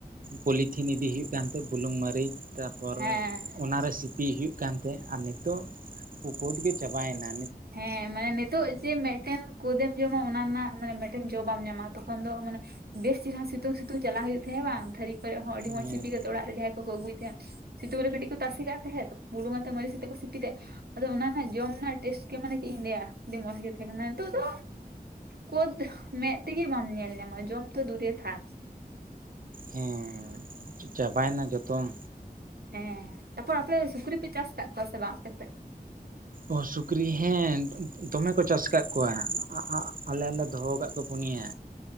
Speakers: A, on the right (about 60°); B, on the right (about 80°).
A: ᱯᱚᱞᱤᱛᱷᱤᱱ ᱤᱫᱤ ᱦᱩᱭᱩᱜ ᱠᱟᱱ ᱛᱮ ᱵᱩᱞᱩᱝ ᱢᱟᱹᱨᱤᱡ ᱛᱟᱯᱚᱨ
B: ᱦᱮᱸ
A: ᱚᱱᱟ ᱨᱮ ᱥᱤᱯᱤᱭ ᱦᱩᱭᱩᱜ ᱠᱟᱱ ᱛᱮᱦᱮᱜ ᱟᱨ ᱱᱮᱛᱚᱜ ᱠᱳᱫ ᱜᱮ ᱪᱟᱵᱟᱭᱱᱟ
B: ᱦᱮᱸ ᱢᱟᱱᱮ ᱱᱮᱛᱚᱜ ᱡᱮ ᱢᱮᱜ ᱴᱮᱱ ᱠᱳᱫ ᱮᱢ ᱡᱚᱢᱟ ᱚᱱᱟ ᱨᱮᱱᱟᱜ ᱢᱟᱱᱮ ᱢᱮᱴᱮᱱ ᱡᱚ ᱵᱟᱢ ᱧᱟᱢᱟ ᱛᱚᱠᱷᱚᱱ ᱫᱚ ᱢᱟᱱᱮ ᱵᱮᱥ ᱪᱮᱨᱦᱨᱟ ᱥᱤᱛᱩᱝ ᱥᱤᱛᱩᱝ ᱪᱟᱞᱟᱣ ᱦᱩᱭᱩᱜ ᱛᱟᱦᱮᱡ ᱦᱮᱵᱟᱝ ᱛᱷᱟᱹᱨᱤ ᱠᱚᱨᱮᱜ ᱦᱚᱸ ᱟᱹᱰᱤ ᱢᱚᱸᱡᱽ
A: ᱦᱮᱸ
B: ᱥᱤᱯᱤ ᱠᱟᱛᱮ ᱚᱲᱟᱜ ᱨᱮ ᱡᱟᱸᱦᱟᱭ ᱠᱚᱠᱚ ᱟᱹᱜᱩᱭ ᱛᱮᱦᱮᱸᱫ ᱥᱤᱛᱩᱝ ᱨᱮ ᱠᱟᱹᱴᱤᱡ ᱠᱚ ᱛᱟᱥᱮ ᱠᱟᱜ ᱛᱟᱦᱮᱫ ᱵᱩᱞᱩᱝ ᱟᱛᱮ ᱢᱟᱨᱤᱪ ᱟᱛᱮ ᱠᱚ ᱥᱤᱯᱤ ᱛᱮ ᱟᱫᱚ ᱚᱱᱟ ᱱᱟᱜ ᱡᱚᱢ ᱱᱟᱜ ᱴᱮᱥᱴ ᱜᱮ ᱢᱟᱱᱮ ᱪᱮᱫ ᱤᱧ ᱞᱟᱹᱭᱟ ᱟᱹᱰᱤ ᱢᱚᱸᱡᱽ ᱜᱮ ᱛᱟᱦᱮ ᱠᱟᱱᱟ ᱱᱤᱛᱚᱜ ᱫᱚ ᱠᱳᱫ ᱢᱮᱜ ᱛᱮᱜᱮ ᱵᱟᱢ ᱧᱮᱞ ᱧᱟᱢᱟ ᱡᱚᱢ ᱛᱚ ᱫᱩᱨᱮ ᱛᱷᱟᱠ
A: ᱦᱮᱸ ᱪᱟᱵᱟᱭᱱᱟ ᱡᱚᱛᱚᱢ
B: ᱦᱮᱸ ᱛᱟᱯᱚᱨ ᱟᱯᱮ ᱥᱩᱠᱨᱤ ᱯᱮ ᱪᱟᱥ ᱠᱟᱜ ᱠᱚᱣᱟ ᱥᱮ ᱵᱟᱝ ᱟᱯᱮ ᱥᱮᱜ?
A: ᱚ ᱥᱩᱠᱨᱤ ᱦᱮᱸ ᱫᱚᱢᱮ ᱠᱚ ᱪᱟᱥ ᱠᱟᱜ ᱠᱚᱣᱟ ᱟᱜ ᱟᱜ ᱟᱞᱮ ᱦᱚᱞᱮ ᱫᱚᱦᱚ ᱠᱟᱜ ᱠᱚᱣᱟ ᱯᱩᱱᱭᱟ